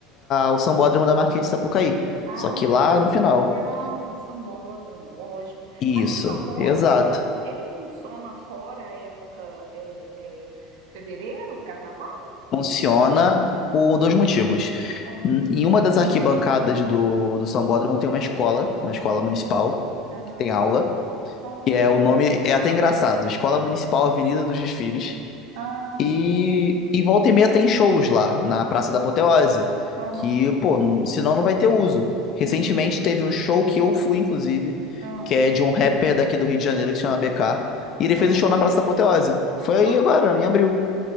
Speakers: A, on the left; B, on the right.
A: o Sambódromo da Marquês de Sapucaí.
B: Ah,
A: Só que lá no final.
B: legal, o sambódromo, lógico.
A: Isso,
B: Mas o sambódromo,
A: exato.
B: ele funciona fora a época é, é, fevereiro, carnaval?
A: Funciona por dois
B: Hum,
A: motivos.
B: hum,
A: Em uma das arquibancadas do, do Sambódromo tem uma escola, uma escola municipal,
B: Aham.
A: que tem aula,
B: Olha.
A: que é o nome, é até engraçado, Escola Municipal Avenida dos Desfiles.
B: Ah,
A: E, e volta e meia tem shows lá, na Praça da Apoteose,
B: aham.
A: que, pô, senão não vai ter uso. Recentemente
B: uhum,
A: teve um show que eu fui, inclusive,
B: ah,
A: que é de um rapper daqui do Rio de Janeiro que se chama BK, e ele fez
B: ah,
A: o show na Praça da Apoteose. Foi
B: que
A: aí
B: bacana.
A: agora, em abril.